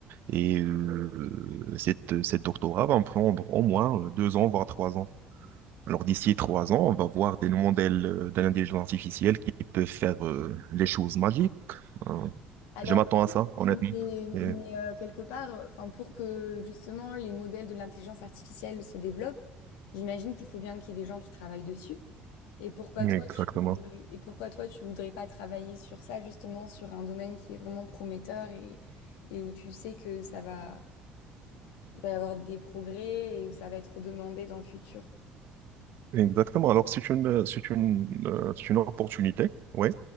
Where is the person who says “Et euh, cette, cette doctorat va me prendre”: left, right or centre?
Right